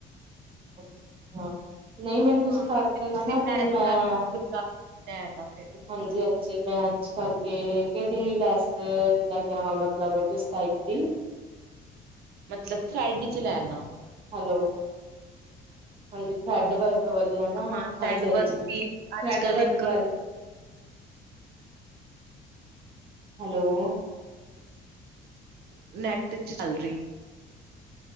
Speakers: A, on the right; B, on the right.
A: ਅੱਛਾ ਹਾਂ। ਨਹੀਂ ਮੈਨੂੰ ਤੁਸੀਂ
B: ਹਾਂ
A: ਦੱਸ
B: ਨਹੀਂ ਤੇ
A: ਦੇਣਾ
B: ਤੁਸੀਂ
A: ਨਾ ਫ਼ਿਰ
B: ਮੈਚ
A: ਮੈਂ
B: ਕਰਕੇ ਬਾਜ਼ਾਰ ਲੈ ਆਣਾ ਫਿਰ
A: ਹਾਂਜੀ - ਹਾਂਜੀ ਮੈਚ ਕਰਕੇ ਕਿਹੜੀ ਲੈਸ ਲੈ ਕੇ ਆਵਾਂ ਮਤਲਬ ਕਿਸ ਟਾਈਪ ਦੀ
B: ਮਤਲਬ ਥੇਰਡ ਚ ਲੈਣਾ।
A: ਹੈਲੋ ਹਾਂਜੀ ਥਰੈੱਡ ਵਰਕ ਵਾਲੀ ਹੈ
B: ਹਾਂ
A: ਨਾ ਹਾਂਜੀ
B: ਥਰੈਡ
A: ਹਾਂਜੀ ਥਰੈੱਡ ਵਰਕ ਵਾਲੀ ਹਨਾ, ਹਾਂਜੀ - ਹਾਂਜੀ,
B: ਵੀ
A: ਥਰੈੱਡ
B: ਅੱਜ ਕੱਲ
A: ਵਰਕ
B: ਇੱਕ
A: ਵਾਲੀ ਹੈਲੋ
B: ਨੈੱਟ ਚ ਚੱਲ ਰਹੀ।